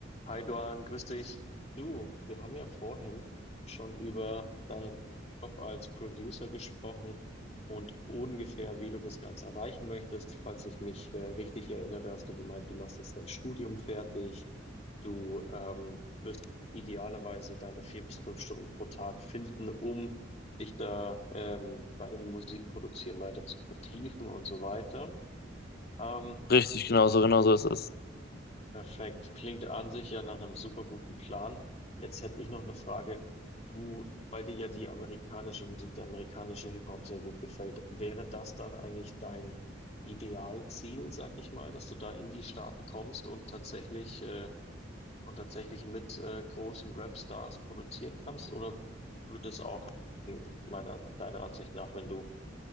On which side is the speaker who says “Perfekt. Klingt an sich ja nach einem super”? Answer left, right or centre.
Left